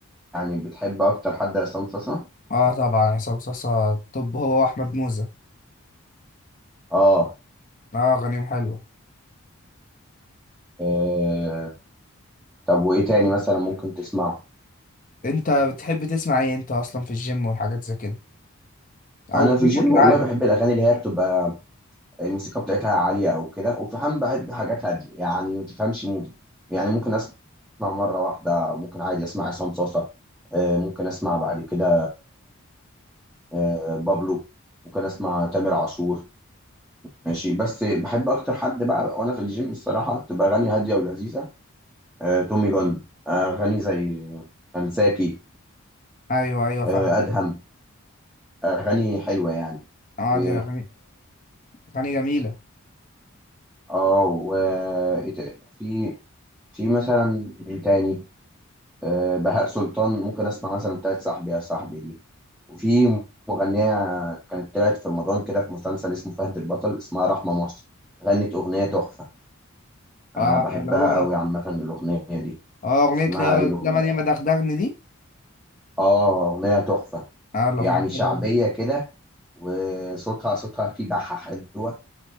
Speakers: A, in the centre; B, on the left.
A: يعني بتحب اكتر حد عصام صاصا
B: اه طبعا عصام صاصا طب هو واحمد موزة
A: اه
B: اه غنيم حلوة
A: آه، طب وايه تاني مثلا ممكن تسمعه
B: انت بتحب تسمع ايه انت اصلا في الجيم والحاجات زي كده او
A: انا
B: في
A: في الجيم
B: يومك العادي
A: والله بحب الاغاني اللي هي بتبقى الموسيقى بتاعتها عاليه او كده وفي حال بحب حاجات هاديه يعني ما تفهمش مودي يعني ممكن اسمع مره واحده ممكن عادي اسمع عصام صاصا آه، ممكن اسمع بعد كده آه، بابلو ممكن اسمع تامر عاشور ماشي بس بحب اكتر حد بقى وانا في الجيم الصراحه بتبقى اغاني هاديه ولذيذه آه، تومي جون آه، أغاني زي أنساكي
B: ايوه ايوه
A: آه،
B: فاهم
A: أدهم أغاني حلوة يعني
B: اه
A: و
B: دي اغاني اغاني جميلة
A: آه و إيه تا- في في مثلا مين تاني آه، بهاء سلطان ممكن أسمع مثلا بتاعت صاحبي يا صاحبي دي وفي مغنية كانت طلعت في رمضان كده في مسلسل اسمه فهد البطل اسمها رحمة مصر غنت أغنية تحفة أنا
B: اه
A: بحبها
B: اللي هو
A: أوي عامة الأغنية دي
B: اه اغنية
A: اسمها
B: لا هو
A: إيه
B: الزمن
A: الأغنية؟
B: ياما دغدغني دي
A: آه أغنية تحفة
B: اه الاغنية
A: يعني
B: حلوة
A: شعبية
B: جدا.
A: كده وصوتها صوتها فيه بحة حلوة